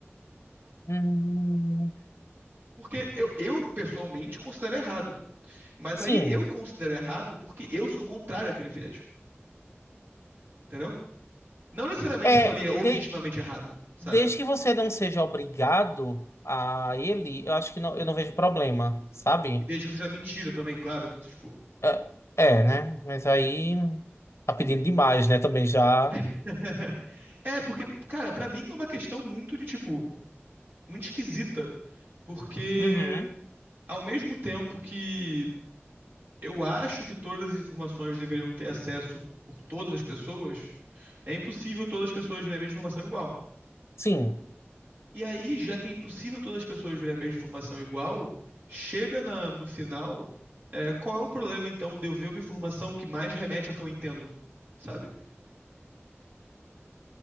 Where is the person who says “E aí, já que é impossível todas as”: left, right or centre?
Right